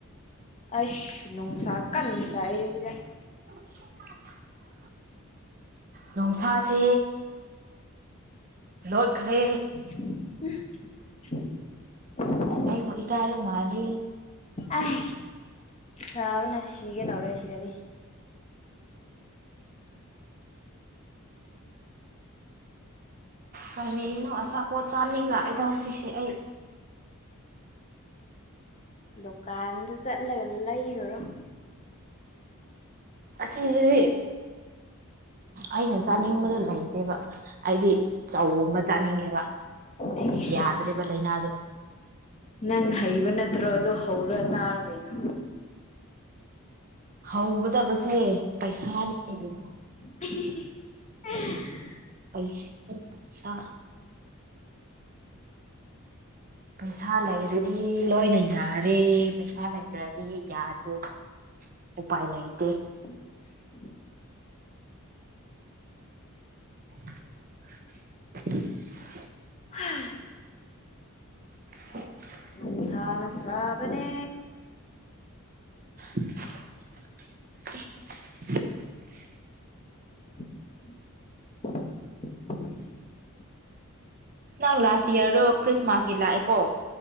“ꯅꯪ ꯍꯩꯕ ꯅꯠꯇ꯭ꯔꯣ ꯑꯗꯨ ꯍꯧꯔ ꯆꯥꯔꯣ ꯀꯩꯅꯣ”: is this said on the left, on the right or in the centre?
Left